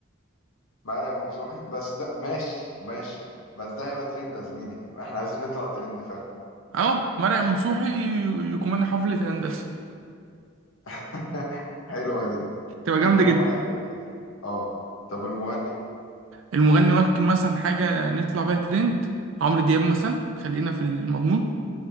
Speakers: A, on the left (about 80°); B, on the right (about 70°).
A: مرعي منصوحي بس ده ماشي ماشي بس ده هيبقى ترند يا زميلي إحنا عايزين نطلع ترند فعلا
B: اه مرعي ونسوحي يكون حفله هندسه
A: <laughs> حلوة دي
B: تبقى
A: يجوا
B: جامده جدا
A: هما يحيوا الحفل أه طب والمغني
B: المغني ممكن مثلا حاجة نطلع بيها ترند عمرو دياب مثلا خلينا في المضمون